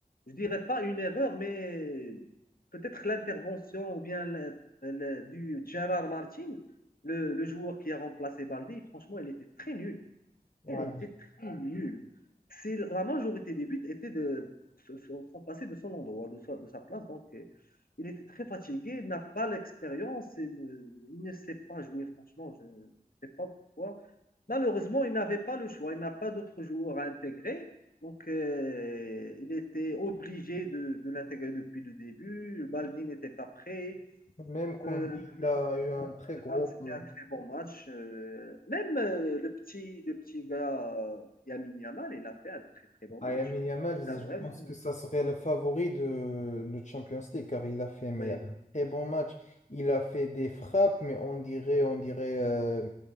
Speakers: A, on the left; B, on the left.
A: je dirais pas une erreur, mais peut-être l'intervention ou bien le- le- du Gérard Martin, le, le joueur qui a remplacé Baldi, franchement, il était très nul
B: Ouais.
A: elle était très nulle. C'est, la majorité des buts étaient de, se- se- sont passés de son endroit, de sa, de sa place. Donc, euh, il était très fatigué, il n'a pas l'expérience, il ne sait pas jouer, franchement. Je ne sais pas pourquoi. Malheureusement, il n'avait pas le choix. Il n'a pas d'autres joueurs à intégrer. Donc, euh, il était obligé de, de l'intégrer depuis le début. Baldi n'était pas prêt.
B: Même Koundé,
A: Euh,
B: il
A: mais
B: a eu
A: euh,
B: un
A: en
B: très
A: général,
B: gros...
A: c'était
B: euh,
A: un très bon match. Euh, même euh, le petit, le petit gars, euh, Lamine Yamal, il a fait un très très bon
B: Ah, Lamine
A: match.
B: Yamal,
A: Il a vraiment,
B: je pense que ça serait le favori de le Champions League car il a fait mais,
A: oui,
B: un très bon match. Il a fait des frappes, mais on dirait, on dirait euh,